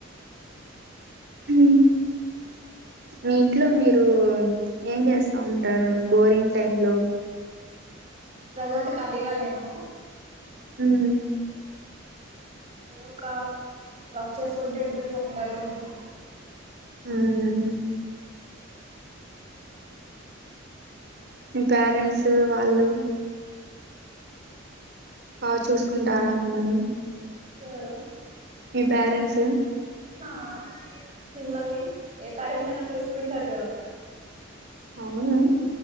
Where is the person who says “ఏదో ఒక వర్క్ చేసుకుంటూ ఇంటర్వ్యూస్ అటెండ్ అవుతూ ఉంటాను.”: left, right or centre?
Right